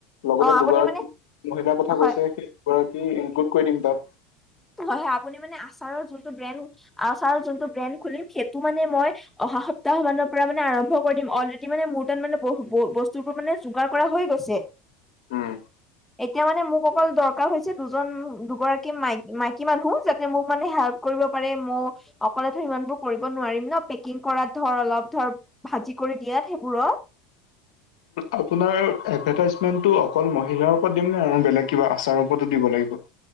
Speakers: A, on the left (about 80°); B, in the centre.
A: লগতে
B: অ আপুনি
A: দুগৰাকী
B: মানে
A: মহিলাৰ কথা
B: হয়
A: কৈছে, সেই দুগৰাকী ইনক্লুড কৰি দিম তাত।
B: হয়, হয় আপুনি মানে আচাৰৰ যোনটো ব্ৰেণ্ড আচাৰৰ যোনটো ব্ৰেণ্ড খুলিম সেইটো মানে মই অহা সপ্তাহ মানৰ পৰা মানে আৰম্ভ কৰি দিম অলৰেডি মানে মোৰ তাত মানে বহু ব-বস্তুবোৰ মানে যোগাৰ কৰা হৈ গৈছে।
A: উম।
B: এতিয়া মানে মোক অকল দৰকাৰ হৈছে দুজন দুগৰাকী মাই মাইকী মানুহ যাতে মোক মানে হেল্প কৰিব পাৰে মইওঁ অকলে ধৰ ইমান বোৰ কৰিব নোৱাৰিম ন, পেকিং কৰাত ধৰ, অলপ ধৰ ভাজি কৰি দিয়াত সেইবোৰত।
A: আপোনাৰ এডভাৰটাইজমেন্টো অকল মহিলাৰ ওপৰত দিমনে আৰু বেলেগ কিবা আচাৰ ওপৰতো দিব লাগিব?